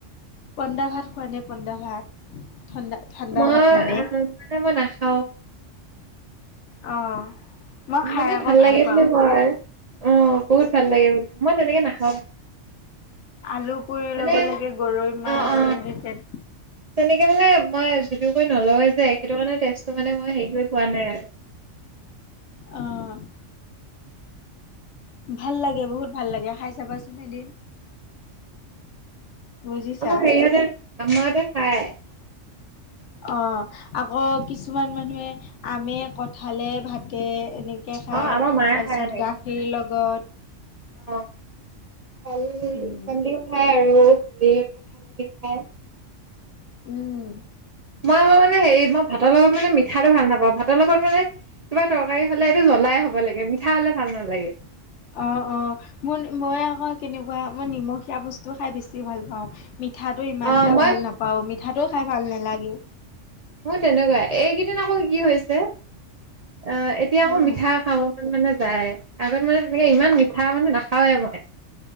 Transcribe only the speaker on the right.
মই
মানে মই নাখাও
মানে
ভাল লাগে
ব মই অ বহুত ভাল লাগে ব মই তেনেকে নাখো।
মানে
অ অ
তেনেকে মানে মই যিটো কৰি নলয় যে সেইটো কাৰেটো মে ম। কোৱা নাই আৰু।
আমাৰ সেৰিহতে আমাৰতে খাই।
অ আমাৰ
মায়ে খায় এনেকে
অ মানে
কলিও হয় আৰু হেৰি। কথা লাগে পাই।
মই আকৌ মানে হেৰি মই ভাতৰ লগত মানে মিঠাটো ভাল নাপাওঁ ভাতৰ লগত মানে কিবা। তৰকাৰী হ'লে এইটো জ্বলাই হ'ব লাগে মিঠা হ'লে ভাল নালাগে?
অ
মই
ম তেনেকুৱা এইকেইদিন আকৌ কি হৈছে। অ এতিয়া আকৌ
মিঠা খাব মানে। যাই আগত মানে তেনেকে ইমান মিঠা মানে নাখাওৱে মই।